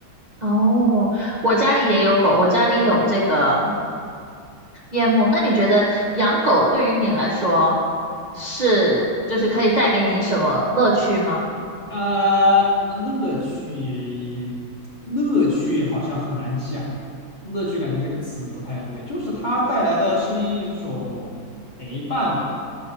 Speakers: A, on the right; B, on the left.
A: 哦，我家里也有狗，我家里有这个边牧。那你觉得养狗对于你来说是就是可以带给你什么乐趣吗？
B: 呃，什么乐趣？乐趣好像很难讲，乐趣感觉这个词不太对，就是它带来的是一种陪伴吧。